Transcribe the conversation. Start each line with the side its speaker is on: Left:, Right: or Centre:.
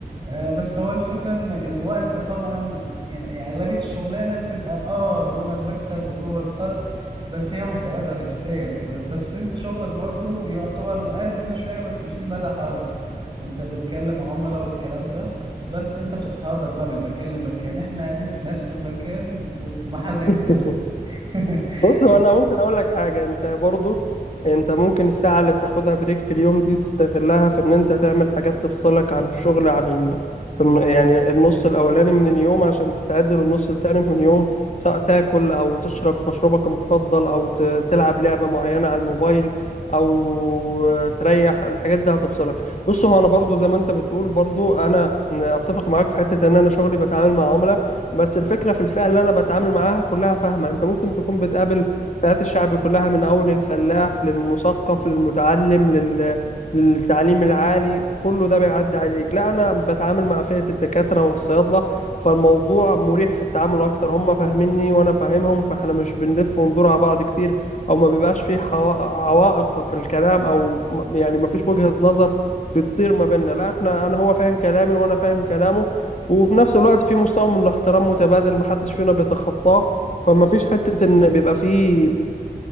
Right: آه، بس هو الفكرة ان الوقت طبعا يعني اغلبية الشغلانة بتبقى اه جوه المكتب وجوه الفرع بس هي متعبة نفسيا ب- بس انت شغلك برضو يعتبر مقارب لنا شوية بس في مدى حركة انت بتكلم عملاء والكلام ده بس انت بتتحرك بقى من مكان لمكان احنا قاعدين في نفس المكان وفي محلك
Left: <laughs>
Right: سر <laughs>
Left: بص هو انا ممكن اقول لك حاجه انت برضو انت ممكن الساعه اللي بتاخدها بريك في اليوم دي تستغلها في ان انت تعمل حاجات تفصلك عن الشغل عن ال... في الن- يعني النص الاولاني من اليوم عشان تستعد للنص التاني من اليوم سواء تاكل او تشرب مشروبك المفضل او ت... تلعب لعبه معينه على الموبايل او تريح الحاجات دي هتفصلك بص هو انا برضو زي ما انت بتقول برضو انا اتفق معاك في حته ان انا شغلي بتعامل مع عملاء بس الفكرة في الفئة اللي أنا بتعامل معاها كلها فاهمة أنت ممكن تكون بتقابل فئات الشعب كلها من أول الفلاح للمثقف للمتعلم لل... للتعليم العالي كله ده بيعدي عليك لا أنا بتعامل مع فئة الدكاترة والصيادلة فالموضوع مريح في التعامل أكتر هم فاهميني وأنا فاهمهم فإحنا مش بنلف وندور على بعض كتير أو ما بيبقاش في حوا- عوائق في الكلام أو م- يعني ما فيش وجهة نظر بتطير ما بيننا لا إحنا أنا هو فاهم كلامي وأنا فاهم كلامه وفي نفس الوقت في مستوى من الاحترام متبادل محدش فينا بيتخطاه فما فيش حتة ان بيبقى في